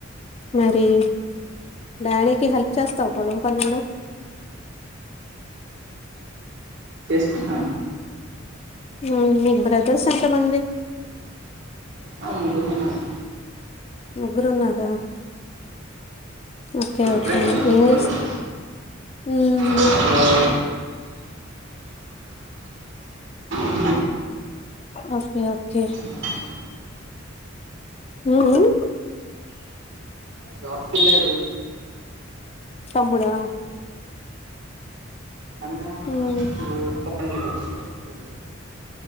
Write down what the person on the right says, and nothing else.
చేస్తుంటా
ఆ ముగ్గురు ఉన్నారు
ఉమ్ ఇప్పుడే
చదువుతున్నారు
హలో <unintelligible>
అన్న
జాబ్కిలాడు
అన్న
ఇప్పుడు <unintelligible>